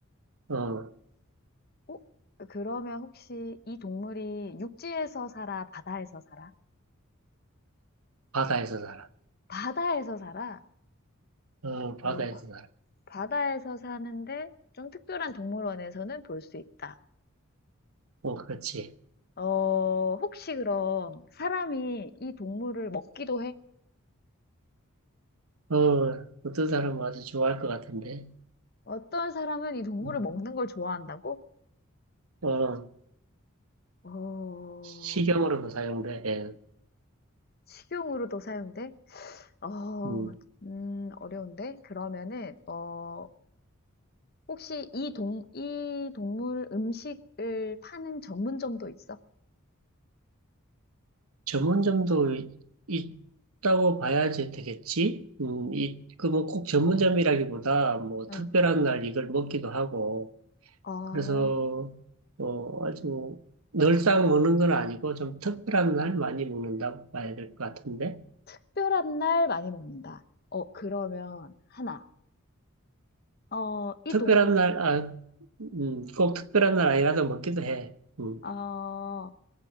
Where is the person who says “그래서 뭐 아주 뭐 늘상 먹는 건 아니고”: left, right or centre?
Right